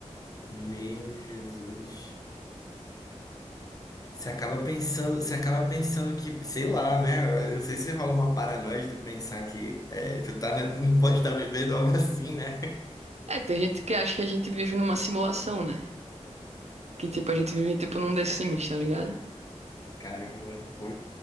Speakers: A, on the left (about 30°); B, on the right (about 65°).
A: Meu Jesus. Você acaba pensando, você acaba pensando que, sei lá, né? Eu não sei se rola uma paranoia de tu pensar que é, tu tá, na- não pode estar vivendo algo assim, né?
B: É, tem gente que acha que a gente vive numa simulação, né? Que, tipo, a gente vive, tipo, num The Sims, tá ligado?
A: Caramba, pô.